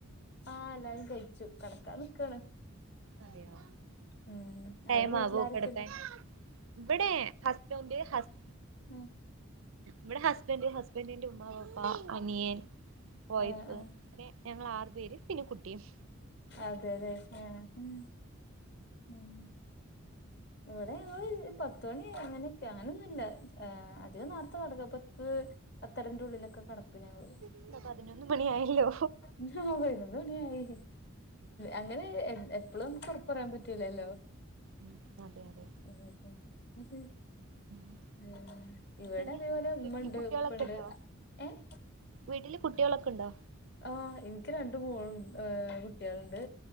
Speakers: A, on the left; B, on the right.
A: ആഹ് എല്ലാരും കഴിച്ചു കടക്കാ നിക്കാണ്
B: അതെയോ
A: ഉം
B: ടൈം
A: അവിടെ വീട്ടിലാരൊക്കെയുണ്ട്
B: ആവോ കിടക്കാൻ ഇവിടെ ഹസ്ബന്റ് ഹസ്
A: ഉം
B: ഇവിടെ ഹസ്ബന്റ് ഹസ്ബന്റിന്റെ ഉമ്മ വാപ്പ അനിയൻ വൈഫ്
A: ആ
B: പിന്നെ
A: ആ
B: ഞങ്ങള് ആറു പേര് പിന്നെ കുട്ടിയും
A: അതെല്ലേ ആഹ് ഉം ഉം ഇവിടെ ങ്ങള് പത്ത് മണി അങ്ങനെയൊക്കെ അങ്ങനെയൊന്നുമില്ല അധികം നേരത്തെ കിടക്ക പത്ത് പത്തരന്റെ ഉള്ളിലൊക്കെ കിടക്കും ഞങ്ങള്
B: എന്താ പതിനൊന്ന് മണിയായല്ലോ
A: ഹ് ഹാ പതിനെന്ന് മണിയായി അങ്ങനെ എപ്പഴും നമുക്ക് ഉറപ്പ്‌ പറയാൻ പറ്റൂലല്ലോ
B: ഉം അതെ അതെ
A: മ്മ്ഹ മ്മ്ഹ
B: ഉം
A: <unintelligible> ഉം ഇവിടെ
B: പിന്നെ
A: അതേപോലെ ഉമ്മണ്ട്
B: വീട്ടില് കുട്ടികളൊക്കെ
A: ഉപ്പണ്ട്
B: ഉണ്ടോ
A: ഏഹ്
B: വീട്ടില് കുട്ടികളൊക്കെ ഉണ്ടോ
A: ആഹ് എനിക്ക് രണ്ട് മോള് ഏഹ് കുട്ടികളുണ്ട്